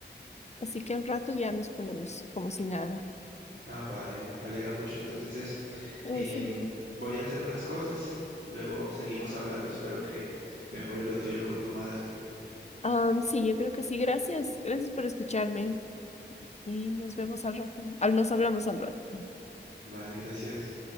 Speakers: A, on the left (about 35°); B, on the right (about 75°).
A: Así que al rato ya nos ponemos como si nada.
B: Ah, vale, me alegra mucho entonces eso.
A: Ese.
B: Em, voy a ir a hacer unas cosas, luego seguimos hablando, espero que mejore lo tuyo con tu madre.
A: Am, sí, yo creo que sí. Gracias. Gracias por escucharme. Y nos vemos al rato. Ah, Nos hablamos al rato.
B: Vale, gracias.